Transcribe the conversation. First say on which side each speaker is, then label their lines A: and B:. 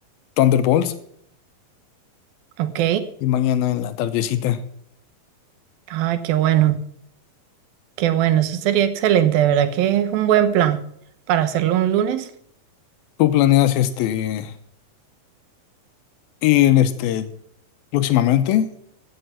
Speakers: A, on the left; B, on the right.
A: Thunderbolts
B: Ok.
A: y mañana en la tardecita.
B: Ah, qué bueno, qué bueno, eso sería excelente, de verdad que es un buen plan para hacerlo un lunes.
A: ¿Tú planeas, este, ir, este, próximamente?